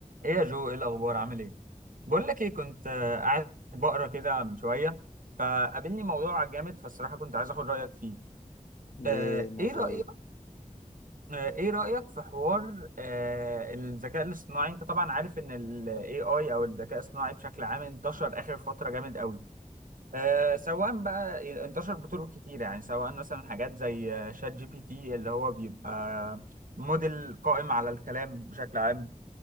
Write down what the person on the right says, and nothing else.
ايه يا جو ايه الاخبار عامل ايه بقول لك ايه كنت آه، قاعد بقرا كده من شويه فقابلني موضوع جامد فالصراحه كنت عايز اخد رايك فيه
آه،
ايه رايك
آه، ايه رايك في حوار آه، الذكاء الاصطناعي انت طبعا عارف ان الاي اي او الذكاء الاصطناعي بشكل عام انتشر اخر فتره جامد قوي آه، سواء بقى انتشر بطرق كتيره يعني سواء مثلا حاجات زي آه، شات جي بي تي اللي هو بيبقى موديل قائم على الكلام بشكل عام